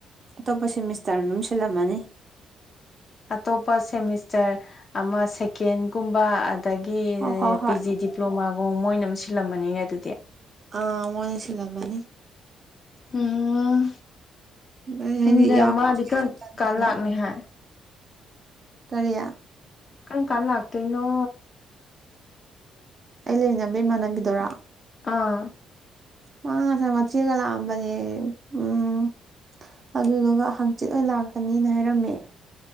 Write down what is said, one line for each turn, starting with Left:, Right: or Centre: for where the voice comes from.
Right: ꯑꯇꯣꯞꯄ ꯁꯦꯃꯤꯁꯇꯔꯅ ꯑꯗꯨꯝ ꯁꯤꯜꯂꯝꯃꯅꯤ
Left: ꯑꯇꯣꯞꯄ ꯁꯦꯃꯤꯁꯇꯔ ꯑꯃ ꯁꯦꯀꯦꯟꯒꯨꯝꯕ ꯑꯗꯒꯤ
Right: ꯍꯣꯏ ꯍꯣꯏ ꯍꯣꯏ
Left: ꯄꯤ ꯖꯤ ꯗꯤꯄ꯭ꯂꯣꯃꯥ ꯑꯣ ꯃꯣꯏꯅꯝ ꯁꯤꯜꯂꯝꯃꯅꯤꯅꯦ ꯑꯗꯨꯗꯤ
Right: ꯑꯥ ꯃꯣꯏꯅ ꯁꯤꯜꯂꯝꯃꯅꯤ
Left: ꯎꯝ
Right: ꯑꯩ
Left: ꯌꯨꯝꯗꯩ
Right: ꯍꯥꯏꯗꯤ ꯌꯥꯎ
Left: ꯃꯗꯤ ꯀꯔ
Right: ꯇꯟꯗꯅ
Left: ꯀꯜ ꯂꯥꯛꯅꯦ ꯍꯥꯏ
Right: ꯀꯔꯤ
Left: ꯀꯔꯝ ꯀꯥꯟ ꯂꯥꯛꯇꯣꯏꯅꯣ
Right: ꯑꯩ ꯂꯩꯃꯤꯟꯅꯕ ꯏꯃꯥꯟꯅꯕꯤꯗꯨꯔ‌ꯣ
Left: ꯑꯥ
Right: ꯃꯥ ꯉꯁꯥꯏ ꯃꯆꯦꯒ ꯂꯥꯛꯑꯝꯕꯅꯦ ꯎꯝ ꯑꯗꯨꯗꯨꯒ ꯍꯪꯆꯤꯠ ꯑꯣꯏꯅ ꯂꯥꯛꯀꯅꯤꯅ ꯍꯥꯏꯔꯝꯃꯦ